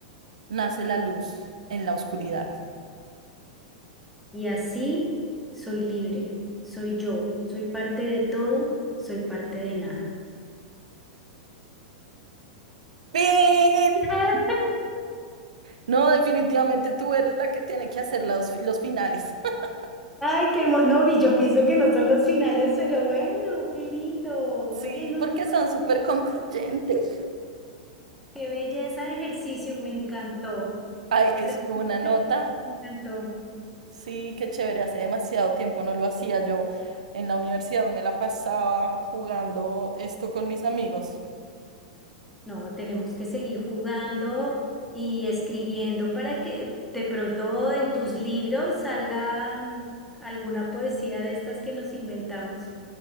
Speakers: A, on the right; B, in the centre.
A: nace la luz en la oscuridad.
B: Y así soy libre, soy yo, soy parte de todo, soy parte de nada.
A: ¡Pin!
B: <laughs>
A: No, definitivamente tú eres la que tiene que hacer los, los finales. <laughs>
B: Ay, qué hermoso. No, vi, yo pienso que no son los finales, pero bueno, qué lindo.
A: Sí,
B: Oye, no,
A: porque
B: no, no,
A: son súper concluyentes.
B: qué belleza de ejercicio, me encantó.
A: Ay, es
B: Realmente
A: una nota.
B: me encantó.
A: Sí, qué chévere. Hace demasiado tiempo no lo hacía. Yo en la universidad me la pasaba jugando esto con mis amigos.
B: No, tenemos que seguir jugando y escribiendo para que de pronto en tus libros salga mm, alguna poesía de estas que nos inventamos.